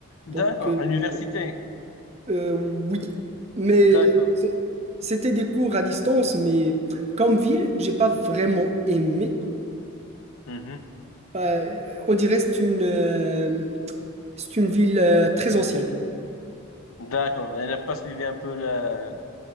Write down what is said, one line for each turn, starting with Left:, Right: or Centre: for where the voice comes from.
Left: D'accord.
Right: donc euh,
Left: À l'université.
Right: Euh, oui, mais
Left: D'accord.
Right: c- c'était des cours à distance, mais comme ville, j'ai pas vraiment aimé.
Left: Mhm.
Right: Euh, on dirait que c'est une, euh, c'est une ville euh, très ancienne.
Left: D'accord, elle n'a pas suivi un peu la...